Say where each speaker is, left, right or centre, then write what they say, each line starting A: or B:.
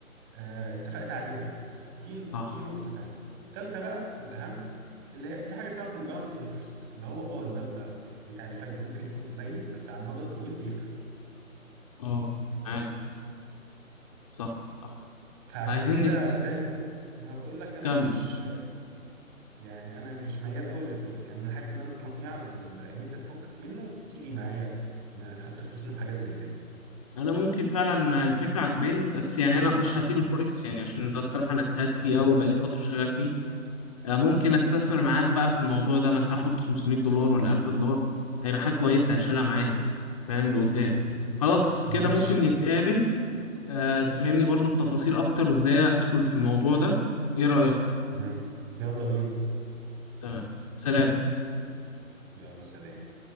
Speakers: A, on the right (about 15°); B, on the left (about 25°).
A: آه، اتفقت عليه معاه دي
B: صح
A: دي نقطة تانية التالتة بقى والأهم اللي هي في حاجة اسمها كومباوند انترست اللي هو اه المبلغ بتاع الفايدة ممكن يكون قليل بس على المدى الطويل بيفرق
B: اه عارف صح صح
A: فعشان
B: عايزين
A: كده زي ما بقول لك انا
B: نكمل
A: مش يعني انا مش ميال قوي للفوركس يعني انا حاسس ان انا ممكن اقنعك بال... ان انت تفكك منه وتيجي معايا ن- نحط فلوسنا في حاجات زي كده
B: انا ممكن فعلا الفكره عجباني بس يعني انا مش هسيب الفوركس يعني عشان ده الصراحه انا اجتهدت فيه قوي بقالي فتره شغال فيه آه، ممكن استثمر معاك بقى في الموضوع ده مثلا احط 500 دولار ولا 1000 دولار هيبقى حاجه كويسه هشيلها معايا فاهم لقدام
A: <laughs>
B: خلاص كده
A: ماشي
B: ممكن
A: خلاص
B: نتقابل آه، تفهمني برضو التفاصيل اكتر وازاي ادخل في الموضوع ده ايه رايك
A: مم. يلا بينا
B: تمام سلام
A: يلا سلام